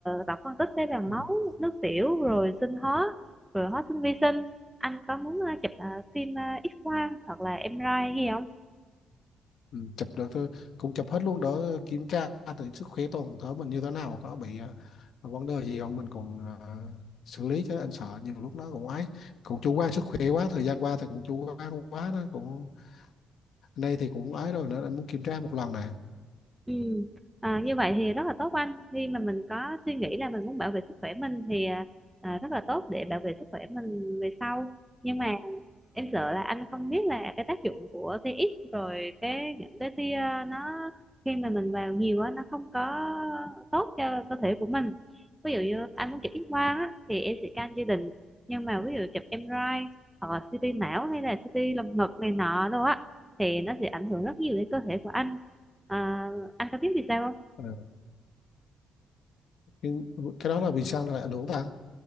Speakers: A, in the centre; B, on the left.
A: tổng phân tích tế bào máu,
B: Ừ.
A: nước tiểu, rồi sinh hóa, rồi hóa sinh vi sinh. Anh có muốn ờ, chụp ờ, phim ờ, X-quang hoặc là em MRI gì không?
B: Ừ, chụp được thôi cũng chụp hết luôn đỡ kiểm tra thử sức khỏe toàn thể mình như thế nào có bị ờ, vấn đề gì không mình còn ờ, xử lý chứ anh sợ nhiều lúc nó cũng ấy cũng chủ quan sức khỏe quá thời gian qua thì cũng chủ quan quá đó cũng nay thì cũng ấy rồi nên anh muốn kiểm tra một lần nè
A: Ừ. À, như vậy thì rất là tốt anh. Khi mà mình có suy nghĩ là mình muốn bảo vệ sức khỏe mình thì ờ, à, rất là tốt để bảo vệ sức khỏe mình về sau. Nhưng mà em sợ là anh không biết là cái tác dụng của TX rồi cái những cái tia nó khi mà mình vào nhiều á nó không có tốt cho cơ thể của mình ví dụ như anh muốn chụp X quang á thì em sẽ can gia đình nhưng mà ví dụ chụp MRI hoặc là CT não hay là CT lồng ngực này nọ đâu á thì nó sẽ ảnh hưởng rất nhiều đến cơ thể của anh à, anh có biết vì sao không
B: Ờ, nhưng cái đó là vì sao lại ảnh hưởng ta